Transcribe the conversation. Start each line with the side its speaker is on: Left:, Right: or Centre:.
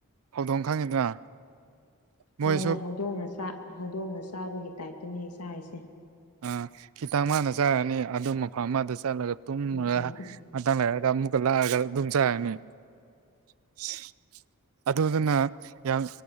Right: ꯍꯧꯗꯣꯡ ꯈꯪꯉꯤꯗꯅ ꯃꯣꯏꯁꯨ
Left: ꯍꯣꯏ ꯍꯣꯏ ꯍꯧꯗꯣꯡꯅ ꯍꯧꯗꯣꯡꯅ ꯆꯥꯕꯒꯤ ꯇꯥꯏꯞꯇꯨꯅꯦ ꯆꯥꯔꯤꯁꯦ
Right: ꯑꯥ ꯈꯤꯇꯪ ꯃꯥꯅ ꯆꯥꯔꯅꯤ ꯑꯗꯨꯝ ꯃꯐꯝ ꯑꯃꯗ ꯆꯠꯂꯒ ꯇꯨꯝ
Left: ꯎꯝ ꯎꯝ
Right: ꯃꯇꯥꯡ ꯂꯩꯔꯒ ꯑꯃꯨꯛꯀ ꯂꯥꯛꯑꯒ ꯑꯗꯨꯝ ꯆꯅꯤ <inaudible> ꯑꯗꯨꯗꯨꯅ ꯌꯥꯝ